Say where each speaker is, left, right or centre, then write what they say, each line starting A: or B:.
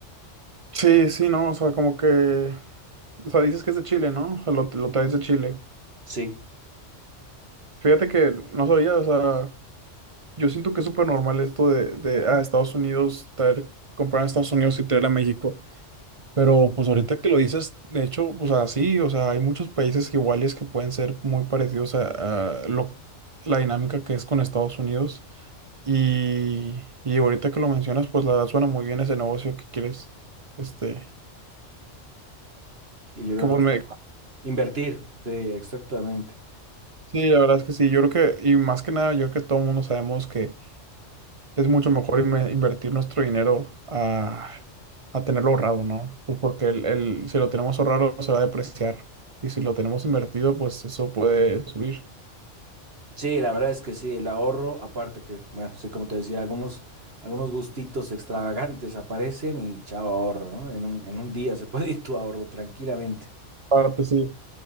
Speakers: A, on the right (about 30°); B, on the right (about 55°).
A: Sí, sí, no, o sea, como que, o sea, dices que es de Chile, ¿no? O sea, lo, lo traes de Chile.
B: Sí.
A: Fíjate que no sabía, o sea, yo siento que es súper normal esto de, de, ah, Estados Unidos, traer, comprar en Estados Unidos y traer a México. Pero pues ahorita que lo dices, de hecho, o sea, sí, o sea, hay muchos países iguales que pueden ser muy parecidos a, a lo, la dinámica que es con Estados Unidos. Y, y ahorita que lo mencionas, pues la verdad suena muy bien ese negocio que quieres, este,
B: Yo quiero
A: que pues, me,
B: invertir, sí, exactamente.
A: Sí, la verdad es que sí. Yo creo que, y más que nada, yo creo que todo el mundo sabemos que es mucho mejor inve- invertir nuestro dinero a, a tenerlo ahorrado, ¿no? Pues porque el, el- si lo tenemos ahorrado se va a depreciar. Y si lo tenemos invertido, pues eso puede subir.
B: Sí, la verdad es que sí, el ahorro, aparte que, bueno, sí, como te decía, algunos, algunos gustitos extravagantes aparecen y chao ahorro, ¿no? En un, en un día se <laughs> puede ir tu ahorro tranquilamente.
A: Aparte, sí.